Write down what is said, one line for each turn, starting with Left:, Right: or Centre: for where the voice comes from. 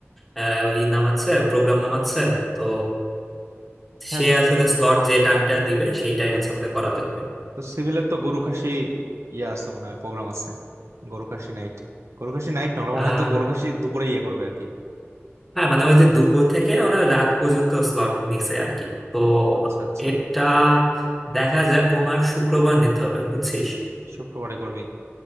Centre: আহ, ই নামাচ্ছে প্রোগ্রাম নামাচ্ছে তো
Right: হ্যাঁ
Centre: সে আসলে স্লট যে টাইমটা দিবে সেইটাই হচ্ছে আমাদের করা লাগবে
Right: তো সিভিলের তো গরু খাসি ইয়ে আছে মনে হয় প্রোগ্রাম আছে গরু খাসি নাইট গরু খাসি নাইট না ওরা
Centre: আহ
Right: মনে হয় তো গরু খাসি দুপুরে ইয়ে করবে আর কি
Centre: হ্যাঁ মানে ওই যে দুপুর থেকে ওরা রাত পর্যন্ত স্লট নিছে আর কি তো
Right: ও আচ্ছা আচ্ছা
Centre: এটা দেখা যায় কোনো এক শুক্রবার নিতে হবে বুঝছিস
Right: শুক্রবারে করবি